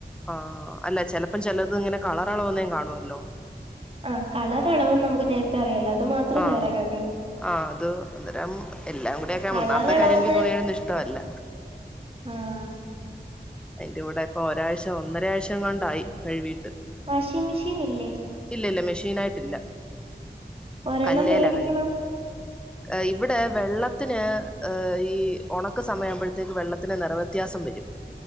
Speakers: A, in the centre; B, on the right (about 35°).
A: ആ അല്ല ചെലപ്പം ചെലത് ഇങ്ങനെ കളർ ഇളകുന്നതും കാണുവല്ലോ
B: ആ കളർ ഇളക്കുന്നെ നമുക്ക് നേരത്തെ അറിയാലോ അത് മാത്രം
A: ആ
B: വേറെ കഴിവും
A: ആ അത് അന്നേരം എല്ലാം കൂടി ഒക്കെ
B: കളർ
A: ഒന്നാമത്തെ
B: അളവെന്ന്
A: കാര്യം എനിക്ക് തുണികഴുകുന്നത് എനിക്കിഷ്ടമല്ല
B: ആഹ്
A: അതിന്റെ കൂടെ ഇപ്പൊ ഒരാഴ്ച ഒന്നര ആഴ്ച എങ്ങാണ്ടായി കഴുവി
B: വാഷിംഗ് മിഷീൻ ഇല്ലേ?
A: ഇല്ല മെഷീനായിട്ടില്ല
B: ഒരെണ്ണം
A: കല്ലെല
B: മേടിക്കണം
A: കഴികുന്നേ ആഹ് ഇവിടെ വെള്ളത്തിന് ഏഹ് ഈ ഉണക്ക് സമയയാവുമ്പോഴത്തേക്ക് വെള്ളത്തിന് നിറവ്യത്യാസം വരും